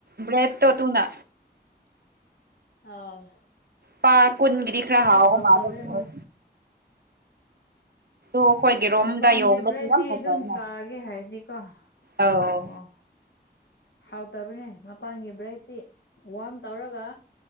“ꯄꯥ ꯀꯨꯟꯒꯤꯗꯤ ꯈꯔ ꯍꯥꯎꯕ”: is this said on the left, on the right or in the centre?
Right